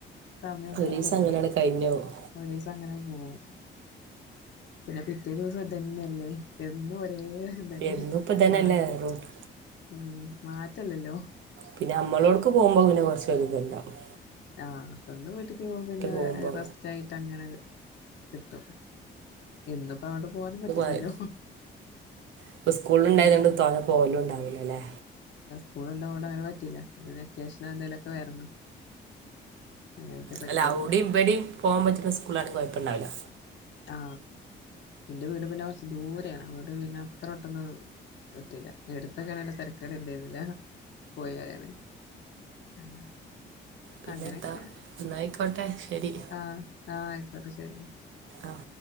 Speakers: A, on the left; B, on the right.
A: സമയം അങ്ങനെ
B: ഒരീസം
A: പോകും
B: അങ്ങനെയാണ് കഴിഞ്ഞു പോവും.
A: ഒരു ദിവസം അങ്ങനെ പോവും പിന്നെ പിറ്റേ ദിവസം ഇതന്നെയല്ലേ എന്നും ഒ രേ ഇതന്നെ
B: എന്നും ഇപ്പ ഇതന്നെല്ലേ
A: മാറ്റം
B: റൂട്ട്
A: ഉം മാറ്റവില്ലല്ലോ
B: പിന്നെ നമ്മളോടക്ക് പോകുമ്പോ പിന്നെ കുറച്ച് ഒര് ഇതെണ്ടാവും
A: ആഹ് സ്ന്തം വീട്ടിക്ക് പോകുമ്പോ പിന്നെ
B: പോകുമ്പോ
A: റെസ്റ്റ് ആയിട്ട് അങ്ങനെ കിട്ടും ഇന്നിപ്പോ അവിടെ പോവാനും പറ്റില്ലല്ലോ
B: അതാ ഇപ്പൊ സ്കൂളിണ്ടായതുകൊണ്ട്
A: അതാ
B: തോനെ പോവലും ഇണ്ടാവൂലാല്ലേ
A: സ്കൂള് ഇണ്ടത്കൊണ്ട് അങ്ങനെ പറ്റില്ല പിന്ന വെക്കേഷന് എന്തേലൊക്കെ വരണം അങ്ങനെയൊക്കെ പറ്റുള്ളൂ
B: അല്ല അവിടെയും ഇവിടെയും പോവാൻ പറ്റുന്ന സ്കൂളാണെ കൊഴപ്പെണ്ടാവില്ല
A: ആ ഇന്റെ വീട് പിന്നെ കുറച്ച് ദൂരെയാണ് അതുകൊണ്ട് പിന്ന അത്ര പെട്ടെന്ന് പറ്റില്ല എടുത്തൊക്കാണെങ്കിൽ തരക്കേടെണ്ടായിരുന്നില്ല പോയി വരാന്‌ ഇം
B: പിന്നെന്താ
A: അങ്ങനെയൊക്കെ
B: എന്നായിക്കോട്ടെ ശരി
A: ആ ആ ആയിക്കോട്ടെ ശരി
B: ആ